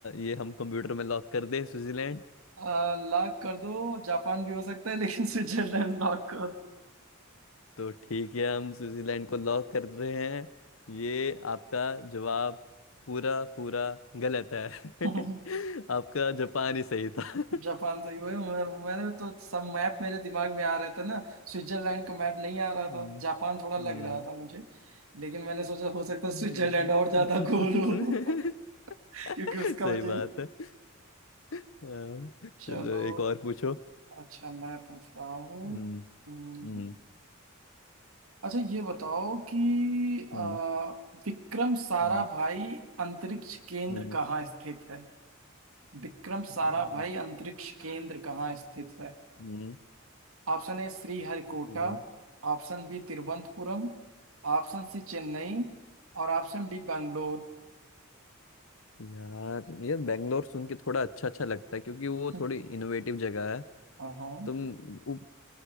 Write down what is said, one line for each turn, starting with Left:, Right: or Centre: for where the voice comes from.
Left: ये हम कंप्यूटर में लॉक कर दें स्विट्जरलैंड
Right: आ, लॉक कर दो जापान भी हो सकता है लेकिन स्विट्जरलैंड लॉक कर
Left: तो ठीक है हम स्विट्जरलैंड को लॉक कर रहे हैं ये आपका जवाब पूरा पूरा गलत है <laughs>
Right: दो। <laughs>
Left: आपका जापान ही सही था <laughs>
Right: जापान सही हुए मैं, मैंने तो सब मैप मेरे दिमाग में आ रहे थे ना स्विट्जरलैंड का मैप नहीं आ रहा
Left: हम्म
Right: था जापान थोड़ा लग
Left: हम्म,
Right: रहा था मुझे लेकिन मैंने सोचा हो सकता है स्विट्जरलैंड
Left: ठीक है
Right: और ज्यादा गोल हो <laughs>
Left: <laughs>
Right: क्योंकि
Left: सही
Right: उसका वजह
Left: बात
Right: ही
Left: है हाँ, चलो
Right: चलो
Left: एक और पूछो
Right: अच्छा मैं पूछ रहा हूँ
Left: हम्म
Right: हम्म,
Left: हम्म
Right: अच्छा ये बताओ कि आ,
Left: हम्म
Right: विक्रम साराभाई
Left: हम्म
Right: अंतरिक्ष केंद्र
Left: हम्म
Right: कहाँ स्थित है विक्रम
Left: हम्म,
Right: साराभाई अंतरिक्ष केंद्र कहाँ स्थित है
Left: हम्म,
Right: Option A श्रीहरिकोटा
Left: ये-
Right: option B तिरुवनंतपुरम option C Chennai और ऑप्शन डी बेंगलोर
Left: यार ये बेंगलोर सुन के थोड़ा अच्छा अच्छा लगता है क्योंकि वो
Right: <laughs>
Left: थोड़ी इनोवेटिव जगह है
Right: हाँ
Left: तुम उ,